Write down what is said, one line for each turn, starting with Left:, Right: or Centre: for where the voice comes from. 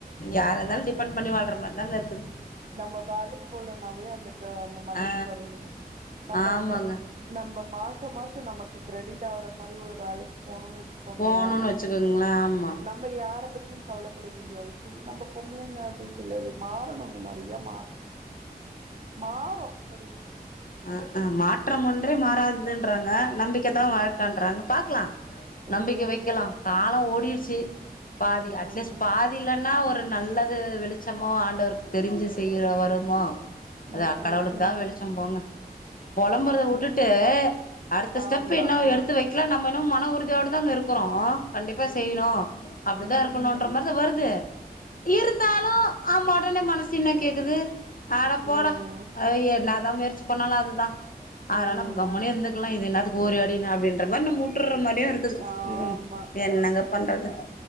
Left: யாரா இருந்தாலும் டிபன் பண்ணி வாழ்ற மாரி நல்லா இருக்குது
Right: நம்ம வேலைகு போலனாவே அந்த அந்த மனசு
Left: ஆ
Right: வருவுங்க நம்ம
Left: ஆமாங்க
Right: ப நம்ம மாச மாச நமக்கு கிரெடிட் ஆவுற மாரி ஒரு வேலை போனும்னு வச்சுக்கோங்கள
Left: போணுன்னு வச்சுக்கோங்களே ஆமா
Right: நம்ம யார பத் தி கவலைப்பட வேண்டிய அவசியம் இல்ல நம்ம பொம்பளைங்க அது சிலரு மாறணும்ங்க <unintelligible> ம மாறும் ஒடுங்க
Left: ஆஆ மாற்றம் ஒன்றே மாறதுதுன்றாங்க நம்பிக்கை தா
Right: ம்
Left: வாழ்கன்றாங்க பாக்கலாம்
Right: ம்
Left: நம்பிக்கை வைக்கலாம் காலம் ஓடிடுச்சு பாதி
Right: ம்
Left: அட்லீஸ்ட் பாதி இல்லன்னா ஒரு நல்ல து வெளிச்சமோ ஆண்டவருக்கு தெரிஞ்சு செய்ய வருமோ அது
Right: ம்
Left: அ கடவுளுக்கு
Right: ம்
Left: தா வெளிச்சம்
Right: ம்
Left: போங்க புலம்புறத
Right: ஓகே
Left: வுட்டுட்டு அடுத்த ஸ்டெப்
Right: ஆமா
Left: என்னவோ எடுத்து வை க்கலாம் நம்ம இன்னோ மன உறுதியோடு தாங்க இருக்கிறோ கண்டிப்பா
Right: ம்
Left: செய்யணும்
Right: ம்
Left: அப்டி
Right: ம்
Left: தா இருக்கணும்ன்ற
Right: ம்
Left: மாதிரி வருது இருந்தாலு ஆமா உடனே மனசு என்ன கேக்குது அட போடா
Right: ம்
Left: அ என்ன தா முயற் எப்பனாலு அதுதா அதனால
Right: ம்
Left: கம்முனு இருந்துக்கலா இது என்னாத்துக்கு ஓடி ஆடின்னு அப்டினு நம் விட்டுற மாரி அப்டியே இருக்குது
Right: ஆமா
Left: ம் என்னங்க பண்றது
Right: ஆ